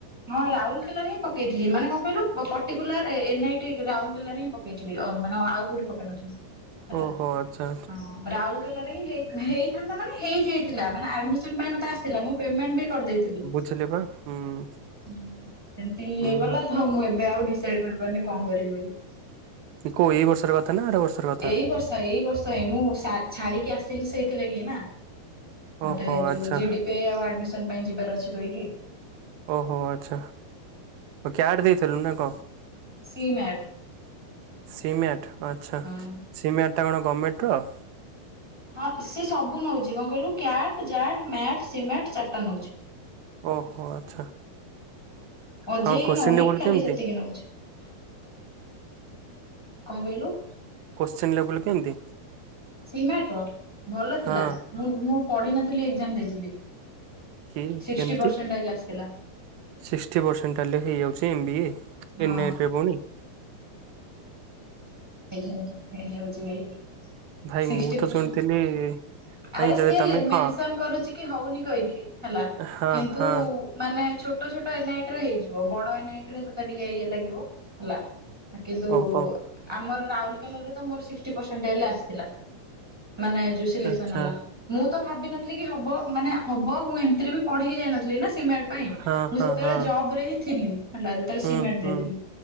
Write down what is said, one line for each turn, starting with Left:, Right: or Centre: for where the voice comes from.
Centre: ହଁ ରାଉରକେଲାରେ ହିଁ ପକେଇଥିଲି ମାନେ କଣ କହିଲୁ ପର୍ଟିକୁଲାର ଏନ୍ ଆଇ ଟି ରାଉରକେଲାରେ ହିଁ ପକେଇଥିଲି ମାନେ ଆଉ କଉଠି ପକେଇ ନଥିଲି। ହେଲା
Right: ଓହୋ ଆଚ୍ଛା ଆଚ୍ଛା
Centre: ହଁ ରାଉରକେଲାରେ ହିଁ ହେ ହେଇଥାନ୍ତା ମାନେ ହେଇଯାଇଥିଲା ମାନେ ଆଡମି ସନ ପାଇଁ ମତେ ଆଶିଥିଲା ମୁଁ ପେମେଣ୍ଟ ବି କରିଦେଇଥିଲି।
Right: ପଝିଲିବା <inaudible> ହୁଁ,।
Centre: ହୁଁ, ସେମିତି ଇଏକଲା
Right: ହୁଁ ହୁଁ
Centre: ତ ମୁଁ ଏବେ ଆଉ ଡିସାଇଡ କରିପାରୁନି କଣ କରିବି ବୋଲି।
Right: ଇଏ କୋଉ ଏଇ ବର୍ଷର କଥା ନା ଆର ବର୍ଷର କଥା?
Centre: ଏଇ ବର୍ଷ ଏଇ ବର୍ଷ ହିଁ ମୁଁ ସା ଛାଡିକି ଆସିଲି ସେଇଥିଲାଗି ନା, ମତେ
Right: ଓହୋ
Centre: ଯୋଉ
Right: ଆଚ୍ଛା
Centre: ଜି ଡି ପେ ଆଉ ଆଡମିସନ ପାଇଁ ଯିବାର ଅଛି କହିକି।
Right: ଓହୋ! ଆଚ୍ଛା କ୍ୟାଡେ ଦେଇଥିଲୁ ନା କଣ?
Centre: C mat.
Right: ସି ମ୍ୟାଟ ଆଚ୍ଛା
Centre: ହଁ।
Right: ସି ମ୍ୟାଟ ଟା କଣ ଗମେଣ୍ଟ ର?
Centre: ହଁ, ସେ ସବୁ ନଉଛି କଣ କହିଲୁ କ୍ୟାଟ, ଜ୍ୟାଟ, ମ୍ୟାଟ୍ ସି ମେଟ୍ ଚାରିଟା ନଉଛି।
Right: ଓହୋ! ଆଚ୍ଛା
Centre: ଓଜେଇ
Right: ହଁ କୋଶ୍ଚିନ୍
Centre: ନଉନି
Right: ଲେବୁଲ
Centre: ଖାଲି
Right: କେମିତି
Centre: ସେତିକି ନଉଛି। କଣ କହିଲୁ?
Right: କୋଶଚିନ୍ ଲେବୁଲ କେମିତି?
Centre: ସି ମ୍ୟାଟ ର ଭଲ ଥିଲା
Right: ହଁ
Centre: ମୁ ମୁଁ ପଢ଼ି ନଥିଲି ଏକ୍ସାମ୍ ଦେଇଥିଲି।
Right: କି
Centre: ସିକିସିଟି
Right: କେମିତି?
Centre: ପରସେଣ୍ଟ ଆଇଲା ଆସିଥିଲା।
Right: ସିକ୍ସଟି ପରସେଣ୍ଟ ତାହଲେ ହେଇଯାଉଛି ଏମ୍ବ ଇ ଏ
Centre: ହଁ
Right: ଏନ୍ଆଇଟରେ ହଉନି?
Centre: ଇ ହେଇଯାଉଛି ଭାଇ
Right: ଭାଇ
Centre: ସିକ୍ସିଟୀ
Right: ମୁଁ ତ
Centre: ପରସେଣ୍ଟ।
Right: ଶୁଣିଥିଲି
Centre: ଆରେ
Right: ଭାଇ ଯଦି
Centre: ସିଏ
Right: ତମେ
Centre: ମେନସନ
Right: ହଁ
Centre: କରୁଛି କି ହଉନି କହିକି ହେଲା
Right: ହଁ
Centre: କିନ୍ତୁ
Right: ହଁ
Centre: ମାନେ ଛୋଟ ଛୋଟ ଏନ୍ ଆଇ ଟିରେ ହେଇଯିବ ବଡ ଏନ୍ ଆଇ ଟି ରେ ତୋତେ ଟିକେ ଇଏ ଲାଗିବ। ହଲା ଆ କିନ୍ତୁ
Right: ଓହୋ
Centre: ଆମର ରାଉଲକେଲା ରେ ତ ମୋର ସିକସିଟି ପରସେଣ୍ଟ ହେଲେ ଆସିଥିଲା ମାନେ ସିଲେକସନ୍
Right: ଆଚ୍ଛା।
Centre: ହେଲା ମୁଁ ତ ଭାବିିନଥିଲି କି ହବ ମାନେ ହବ ମୁଁ ଏମିତିରେ ବି ପଢିକି ଯାଇନଥିଲି ନା, ସି ମାଟ ନାଇଁ
Right: ହଁ
Centre: ମୁଁ
Right: ହଁ
Centre: ସେତେବେଳେ
Right: ହଁ
Centre: ଜବ ରେ ହିଁ ଥିଲି ହେଲା ଯେତେବେଳେ
Right: ହୁଁ
Centre: ସି ମାଟ୍
Right: ହୁଁ
Centre: ଦେଇଥିଲି।